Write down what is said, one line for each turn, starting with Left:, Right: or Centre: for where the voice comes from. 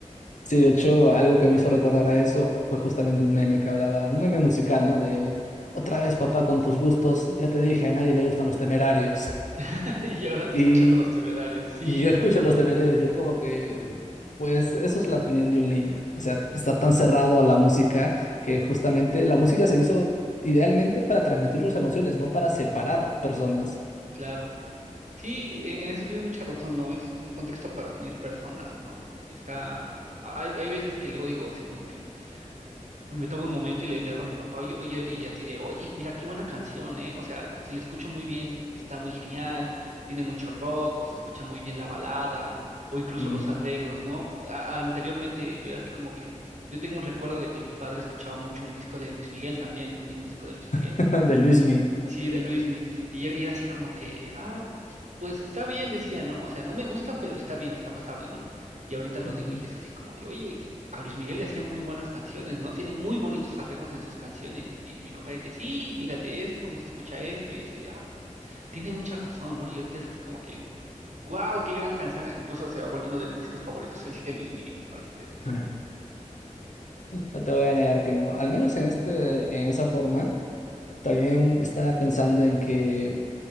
Left: Sí, de hecho, algo que me hizo recordar a eso fue justamente un meme que hablaba, un meme musical, ¿no? De otra vez, papá, con tus gustos, ya te dije, a nadie le gustan los temerarios. <laughs>
Right: <laughs> Y ahora tú
Left: Y,
Right: escuchando Los Temerarios, sí,
Left: y yo escucho los temerarios y es como que, pues, eso es la opinión de un niño. O sea, estar tan cerrado a la música que justamente la música se hizo idealmente para transmitir sus emociones, no para separar personas.
Right: claro. Sí, en en eso tienes mucha razón, ¿no? Es un contexto para unir personas, ¿no? Está, hay, hay veces que luego digo así como que Me tomo un momento y le, le hablo a mi papá, oye, oye, y así de, oye, mira, qué buena canción, ¿eh? O sea, si la escucho muy bien, está muy genial, tiene mucho rock, o se escucha muy bien la balada, o incluso
Left: Mm,
Right: los arreglos, ¿no? A- anteriormente yo era así como que, yo tengo un recuerdo de que mi padre escuchaba mucho un disco de Luis Miguel también, tenía un disco de Luis Miguel,
Left: <laughs> De Luismi.
Right: y- Sí, de Luismi. Y era, y era así como que, ah, pues está bien, decía, ¿no? O sea, no me gusta, pero está bien, está pasable, ¿no? Y ahorita lo
Left: Ujú.
Right: digo y es así como que, oye, a Luis Miguel le hacían muy buenas canciones, ¿no? Tiene muy bonitos arreglos en sus canciones. Y mi papá es de, sí, fíjate esto, cómo se escucha esto. Y yo así de, ah, tiene mucha razón, ¿no? Y ahorita es así como que, wow, qué gran canción. Ah, Incluso se ha vuelto uno de mis discos favoritos, el de Luis Miguel, para serte esto.
Left: <laughs> No te voy a negar que no, al menos en este, en esa forma. También estaba pensando en que